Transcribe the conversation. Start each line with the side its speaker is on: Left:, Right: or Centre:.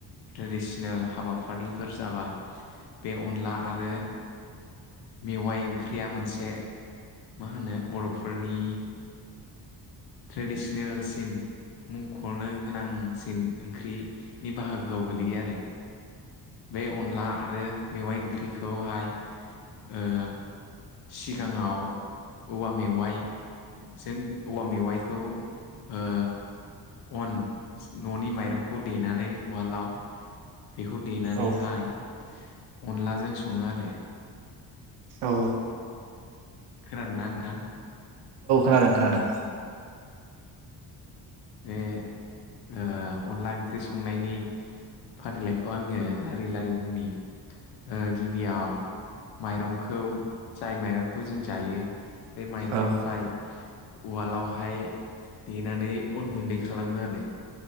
Left: ट्रेडिसनेल हाबाफारिफोर जाबा बे अनला आरो मेवाइ ओंख्रिया मोनसे मा होनो बर'फोरनि ट्रेडिसनेल सिन मुंख'नो गोनांसिन ओंख्रिनि बाहागोआव गोलैयो आरो बे अनला आरो मेवाइ ओंख्रिखौहाय ओ सिगाङाव औवा मेवाइजों औवा मेवाइ खौ ओ अन न'नि माइरंखौ देनानै उवालाव बेखौ देनानैहाय
Right: औ
Left: अनलाजों सङो आरो <inaudible>
Right: औ
Left: खोनादों ना नोंथां?
Right: <unintelligible> खोनादों
Left: बे ओ अनला ओंख्रि संनायनि फारिलाइखौ आङो फारिलायनि ओ गिबियाव माइरंखौ जाय माइरंखौ जों जायो बे माइरंनिफ्राय
Right: औ
Left: उवालावहाय देनानै अन गुन्दै खालामो आरो